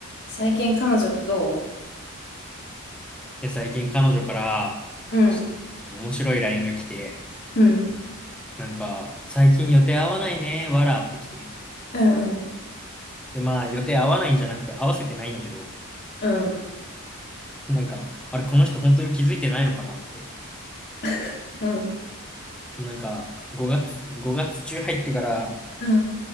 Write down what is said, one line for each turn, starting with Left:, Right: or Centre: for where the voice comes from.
Left: 最近彼女とど
Centre: で、最近彼女から、
Left: ううん、
Centre: ちょっと面白い LINE が来て、
Left: うん、う
Centre: なんか、最近予定合わないね、わらって来て。
Left: うんうん
Centre: で、まあ、予定合わないんじゃなくて合わせてないんだけど、
Left: うん
Centre: なんか、あれ、この人本当に気づいてないのかなって。
Left: <laughs> うん
Centre: なんか、5月、5月中入ってから、
Left: うん